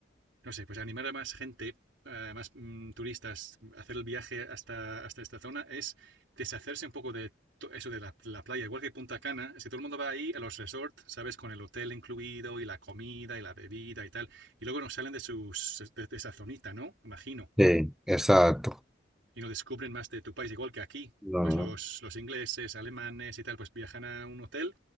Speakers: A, on the right; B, in the centre.
A: no sé, pues animar a más gente, a más mm, turistas, a hacer el viaje hasta, hasta esta zona, es deshacerse un poco de to- eso de la, la playa. Igual que Punta Cana, si todo el mundo va ahí a los resorts, ¿sabes? Con el hotel incluido y la comida y la bebida y tal, y luego nos salen de, sus, de, de esa zonita, ¿no? Imagino
B: Sí, exacto.
A: y no descubren más de tu país igual que aquí.
B: No,
A: Pues los, los ingleses, alemanes y tal, pues viajan a un hotel